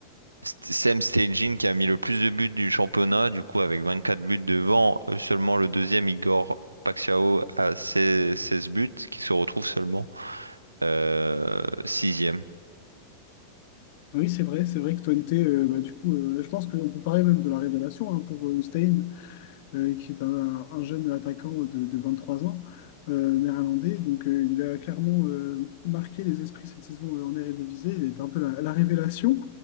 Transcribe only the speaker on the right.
St- Sam Stejin, qui a mis le plus de buts du championnat, du coup, avec 24 buts devant euh, seulement le deuxième, Igor Paxiao, à 16 16 buts, qui se retrouve seulement euh, sixième.